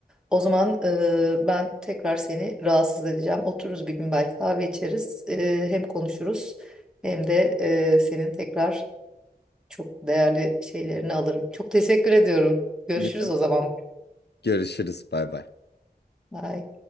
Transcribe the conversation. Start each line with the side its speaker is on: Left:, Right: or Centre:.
Centre: O zaman e, ben tekrar seni rahatsız edeceğim. Otururuz bir gün belki kahve içeriz. E, hem konuşuruz hem de e, senin tekrar Çok değerli şeylerini alırım. Çok teşekkür ediyorum. Görüşürüz
Left: Ne demek?
Centre: o zaman.
Left: Görüşürüz. Bay bay.
Centre: Bye.